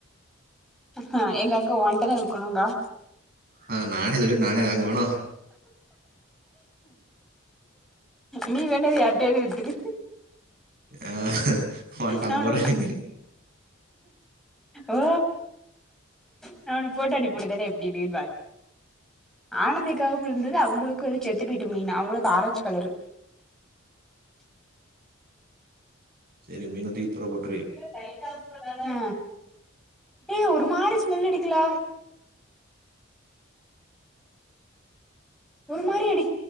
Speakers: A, in the centre; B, on the right (about 45°).
A: ஹ எங்க அக்கா ஒன்ட்ட தான் விக்கனுங்கா
B: ஆ நானே சொல்ட்டு நானே வாங்குவேனா
A: நீ தான யார்ட்டயாது வித்துடு
B: ஆ உன்ட்ட
A: நா
B: ஐம்பது
A: ஒன்ன
B: ரூபா வாங்கி
A: ஓ நா உனக்கு போட்டோ அனுப்பி விடுக்கதே எப்டிபி பார் ஆனந்திக்காவுக்கு இருந்தது அவங்களுக்கு வந்து செத்துப்பேய்ட்டு மீன் அவங்களுக்கு ஆரஞ்ச் கலரு
B: சரி மீனதூக்கி தூர போட்ரு
A: <unintelligible> ஆஹ் ஒரு மாறி ஸ்மெல் அடிக்கல ஒரு மாதிரி அடி